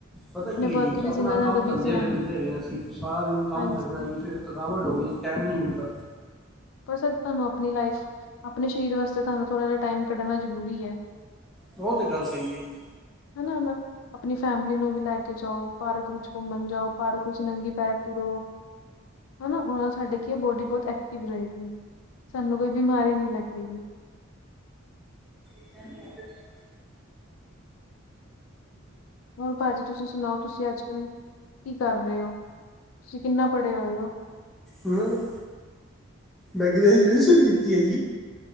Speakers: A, in the centre; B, on the left.
A: ਪਤਾ
B: ਆਪਣੇ
A: ਕੀ
B: ਵਰਕ
A: ਐ ਜੀ,
B: ਵਿੱਚ
A: ਆਪਣਾ
B: ਇੰਨਾ ਜ਼ਿਆਦਾ
A: ਕੰਮ ਧੰਦੇ
B: ਬਿਜ਼ੀ ਰਹਿੰਦੇ
A: ਵਾਲੇ ਬੰਦੇ ਹੈਗੇ ਆ ਅਸੀ, ਸਾਰਾ ਦਿਨ ਕੰਮ
B: ਹਾਂਜੀ
A: ਕਰਨਾ ਜੀ ਫੇਰ। ਥਕਾਵਟ ਹੋਗੀ, ਟੈਮ ਨੀ ਮਿਲਦਾ।
B: ਪਰ ਸਰ ਤੁਹਾਨੂੰ ਆਪਣੀ ਲਾਈਫ ਆਪਣੇ ਸਰੀਰ ਵਾਸਤੇ ਤੁਹਾਨੂੰ ਥੋੜ੍ਹਾ ਜਾ ਟੈਮ ਕੱਢਣਾ ਜ਼ਰੂਰੀ ਐ।
A: ਉਹ ਤੇ ਗੱਲ ਸਹੀ ਏ ਜੀ।
B: ਹਨਾ-ਹਨਾ ਆਪਣੀ ਫੈਮਿਲੀ ਨੂੰ ਵੀ ਲੈ ਕੇ ਜਾਓ। ਪਾਰਕ ਵਿੱਚ ਘੁੰਮਣ ਜਾਓ, ਪਾਰਕ ਵਿੱਚ ਨੰਗੀ ਪੈਰ ਤੁਰੋ। ਹਨਾ ਹੁਣ ਸਾਡੇ ਕੀ ਆ ਬੋਡੀ ਬਹੁਤ ਐਕਟਿਵ ਰਹੇਗੀ, ਸਾਨੂੰ ਕੋਈ ਬਿਮਾਰੀ ਨਈ ਲੱਗੇਗੀ।
A: <unintelligible>
B: ਹੋਰ ਭਾਜੀ ਤੁਸੀਂ ਸੁਣਾਓ, ਤੁਸੀਂ ਅੱਜ-ਕੱਲ ਕੀ ਕਰ ਰਹੇ ਹੋ, ਤੁਸੀਂ ਕਿੰਨਾ ਪੜ੍ਹੇ ਹੋਏ ਹੋ।
A: ਨਹੀਂ, ਮੈਂ ਗ੍ਰੈਜੂਏਸ਼ਨ ਕੀਤੀ ਐ ਜੀ।